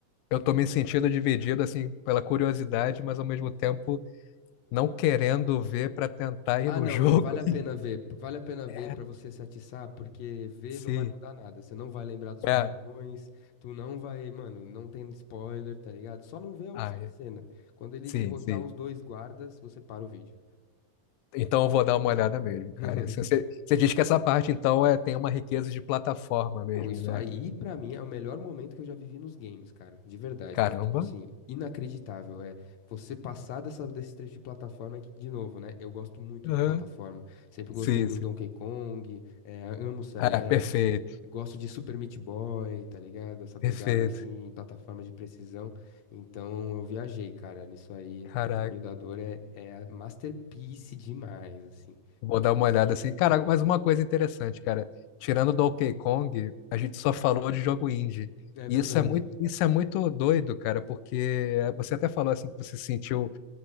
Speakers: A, on the left; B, on the left.
A: eu tô me sentindo dividido assim pela curiosidade, mas ao mesmo tempo não querendo ver pra tentar ir
B: Ah,
A: no
B: não,
A: <laughs> jogo.
B: não, vale a pena ver. Vale a pena ver
A: É.
B: para você se atiçar, porque ver
A: Sim.
B: não vai mudar nada. Você não vai lembrar dos padrões,
A: É.
B: tu não vai, mano, não tem spoiler, tá ligado? Só não vê a última
A: Ah, é.
B: cena. Quando ele
A: Sim,
B: derrotar
A: sim.
B: os dois guardas, você para o vídeo.
A: Então eu vou dar uma olhada mesmo, cara.
B: <laughs>
A: Se Você, você diz que essa parte então é tem uma riqueza de plataforma mesmo,
B: Não, isso
A: né?
B: aí, pra mim, é o melhor momento que eu já vivi nos games, cara. De verdade.
A: Caramba.
B: É, tipo assim, inacreditável. É você passar dessa, desse trecho de plataforma é que, de novo, né? Eu gosto muito
A: Aham.
B: de plataforma. Sempre gostei
A: Sim,
B: dos
A: sim.
B: Donkey Kong, é, amo Celeste,
A: Ah, perfeito.
B: gosto de Super Meat Boy, tá ligado? Essa pegada
A: Perfeito.
B: assim, em plataforma de precisão. Então eu viajei, cara, nisso aí.
A: Caraca.
B: O Caminho da Dor é, é masterpiece demais, assim.
A: Vou dar uma olhada assim. Cara, mas uma coisa interessante, cara. Tirando Donkey Kong, a gente só falou de jogo indie.
B: É
A: E
B: verdade.
A: isso é muito, isso é muito doido, cara, porque você até falou assim que você se sentiu